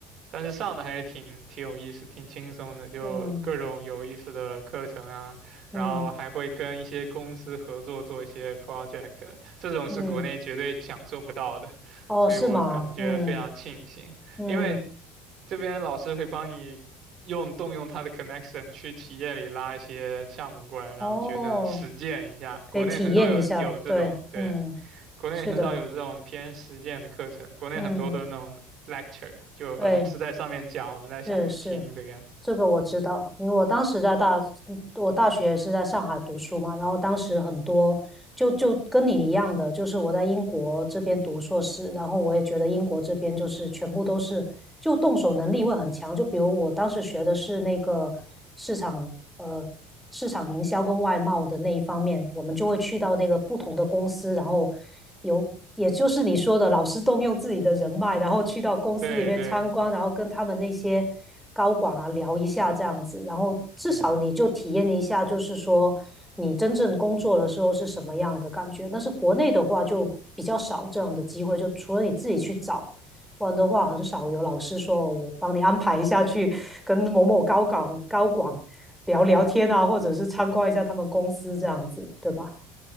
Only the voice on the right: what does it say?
但是上的还是挺挺有意思，挺轻松的，就各种有意思的课程啊，
然后还会跟一些公司合作做一些 project，这种是国内绝对享受不到的，
所以我感觉非常庆幸。
因为这边老师会帮你用动用他的 connection 去企业里拉一些项目过来，让学生实践一下。
国内很少有有这种，
对，
国内很少有这种偏实践的课程，
国内很多都是那种
lecture，就老师在上面讲，
我们在下面听这个样。
对对，
嗯。